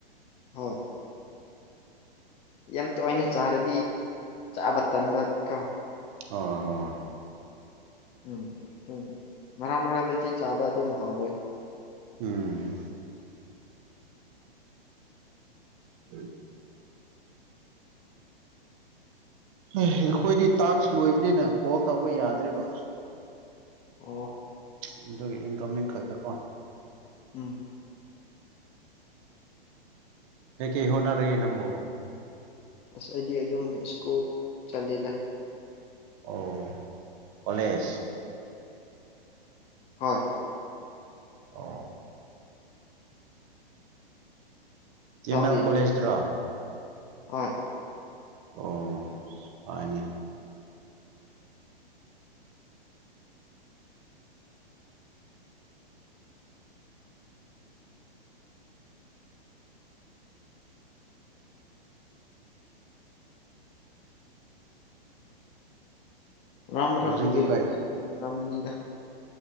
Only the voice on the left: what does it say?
ꯍꯣꯏ ꯌꯥꯝ ꯇꯣꯏꯅ ꯆꯥꯔꯗꯤ ꯆꯥꯕ ꯇꯟꯕ ꯀꯣ
ꯎꯝ ꯑꯗꯨꯅ ꯃꯔꯥꯡ ꯃꯔꯗꯗꯤ ꯆꯥꯕ ꯑꯗꯨꯝ ꯍꯥꯎꯋꯦ꯫
ꯑꯣ
ꯎꯝ
ꯑꯁ ꯑꯩꯗꯤ ꯑꯗꯨꯝ ꯁ꯭ꯀꯨꯜ ꯆꯠꯂꯤꯗ
ꯍꯣꯏ
ꯏꯇꯥꯎꯗꯤ
ꯍꯣꯏ
ꯔꯝ ꯔꯥꯝ
ꯗꯦꯣꯁꯤꯅꯔꯃꯅꯤꯗ